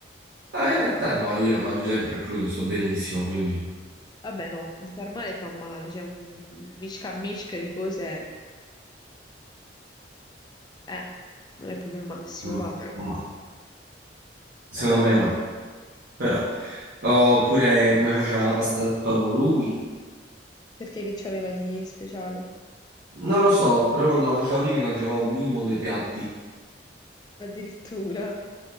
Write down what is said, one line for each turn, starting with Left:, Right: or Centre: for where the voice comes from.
Right: Ma in realtà no, io lo mangio sempre a crudo, sto benissimo, quindi...
Left: Vabbè, no, di far male fa male, c'è un misca misca di cose, eh, non è proprio il massimo,
Right: Mm,
Left: va però.
Right: no. Secondo
Left: Però
Right: me
Left: sì,
Right: no, però. Oppure come faceva la pasta attorno lui.
Left: perché che c'aveva di speciale?
Right: Non lo so, però quando la faceva lui mi mangiavo minimo due piatti.
Left: Addirittura.